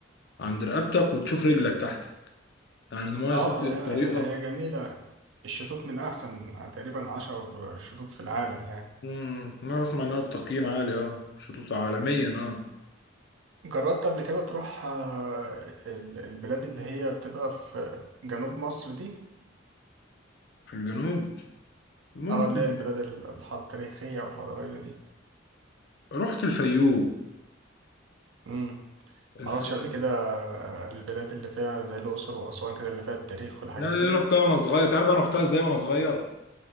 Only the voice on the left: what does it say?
عند رقبتك وتشوف رجلك تحت يعني المية
صافية
بطريقة
امم انا اسمع انها التقييم عالي اه شطوط عالميا اه
في الجنوب ممكن
رحت الفيوم
الفيوم
لا دي
رحتها وانا صغير تعرف انا رحتها ازاي وانا صغير